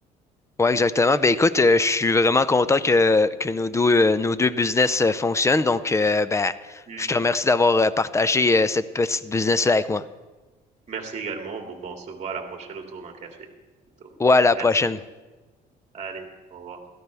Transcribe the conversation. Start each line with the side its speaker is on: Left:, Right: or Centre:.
Left: Ouais, exactement. Ben écoute, euh, je suis vraiment content que, que nos deux, euh, nos deux business euh, fonctionnent. Donc, euh, ben,
Right: Mm.
Left: je te remercie d'avoir euh, partagé euh, cette petite business-là avec moi.
Right: Merci également. Bon, bon, on se voit à la prochaine autour d'un café. Donc,
Left: Ouais,
Right: euh,
Left: à la
Right: merci.
Left: prochaine.
Right: Allez, au revoir.